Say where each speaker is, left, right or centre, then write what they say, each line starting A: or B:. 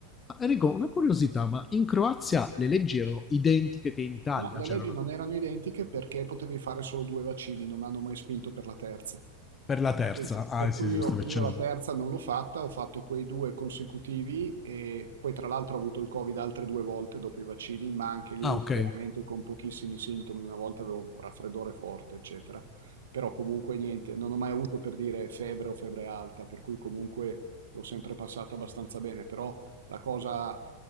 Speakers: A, on the left; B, on the right.
A: Ah, Enrico, una curiosità, ma in Croazia le leggi erano identiche che in Italia?
B: No, le
A: C'era
B: leggi
A: una
B: non
A: cosa...
B: erano identiche perché potevi fare solo due vaccini, non hanno mai spinto per la terza.
A: Per la
B: Per
A: terza?
B: cui,
A: Ah,
B: per
A: sì,
B: cui
A: sì,
B: io,
A: lo stavi
B: io
A: accennando.
B: la terza non l'ho fatta, ho fatto quei due consecutivi e poi tra l'altro ho avuto il Covid altre due volte dopo i vaccini, ma anche lì
A: Ah, ok.
B: veramente con pochissimi sintomi, una volta avevo un raffreddore forte, eccetera. Però comunque niente, non ho mai avuto per dire febbre o febbre alta, per cui comunque l'ho sempre passata abbastanza bene, però la cosa